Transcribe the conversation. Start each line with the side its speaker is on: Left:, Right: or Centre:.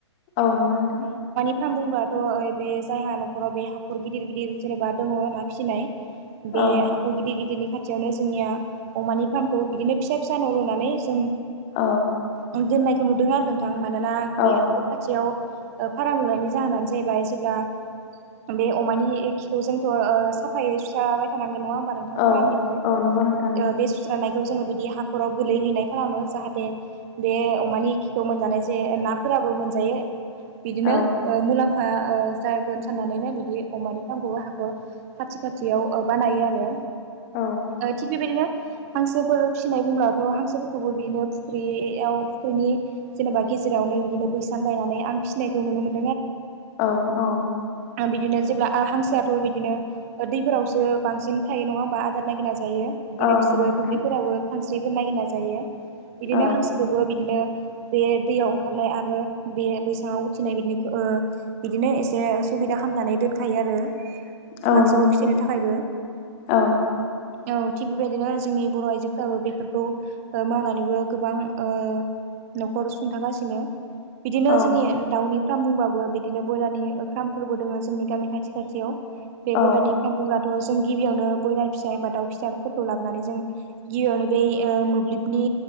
Left: ओ नोंगौ नोंथां
Right: होना बुंबाथ' बे जायहा न'खराव बे हाखर गिदिर गिदिर जेनेबा दङ ना फिसिनाय बे
Left: औ
Right: हाखर गिदिर गिदिर खाथियावनो जोंनिया अमानि फार्मखौ बिदिनो फिसा फिसा न' लुनानै जों
Left: औ
Right: ओ दोननायखौ नुदों आरो नोंथां मानोना
Left: औ
Right: बे हाखर खाथियाव भारा लुनायनि जाहोनानो जाहैबाय जेब्ला बे अमानि खिखौ जोंथ' साफायै सुसाराबाय थानांगोन नङा होनबा नोंथां
Left: औ
Right: फारामनिफ्राय
Left: औ नंगौ नोंथां
Right: ओ बे सुस्रानाय जोङो बिदि हाखराव गोलैह हैनाय खालामो जाहाथे बे अमानि खिखौ मोनजानाय जे नाफोरा जाबो मोनजायो बिदिनो
Left: औ
Right: मुलाम्फा जागोन साननानैनो बिदि अमानि फार्मखौबो हाखर खाथि खाथियाव बानायो आरो
Left: औ
Right: थिग बेबायदिनो हांसोफोर फिसिनाय बुंब्लाथ' हांसोफोरखौबो बिदिनो फुख्रियाव फुख्रिनि जेनेबा गेजेरावनो बिदिनो बैसां गायनानै आं फिसिनायखौ नुनो मोनदों।
Left: औ-औ।
Right: आ बिदिनो जेब्ला आ हांसोआथ' बिदिनो दैफोरावसो बांसिन थायो नङा होमबा आदार नागिरना जायो बिदिनो
Left: औ
Right: बिसोरो
Left: नंगौ नोंथां
Right: दुब्लिफोरावो खांस्रिफोर नागिरना जायो बिदिनो
Left: औ
Right: हांसोखौबो बिदिनो बे दैयाव ओंखारलाय आरो बे बैसाङाव उथिनाय बिनिख ओ बिदिनो एसे सुबिदा खामनानै दोनखायो आरो
Left: औ
Right: हांसोखौ
Left: नंगौ नोंथां
Right: फिसिनो थाखायबो।
Left: औ
Right: औ थिग बेबायदिनो जोंनि बर' आइजोफ्राबो बेफोरखौ मावनानैबो गोबां ओ न'खर सुंथागासिनो बिदिनो
Left: औ
Right: जोंनि दाउनि फ्रार्म बुंबाबो बिदिनो ब्रयलारनि ओ फ्रार्म फोरबो दोङो जोंनि गामि खाथि खाथियाव बे
Left: औ
Right: ब्रयलारनि फ्रार्म बुंब्ला थ' जों गिबियावनो ब्रयलार फिसा एबा दाउ फिसाफोरखौ लाबोनानै जों गिबियावनो बेै ए मोब्लिबनि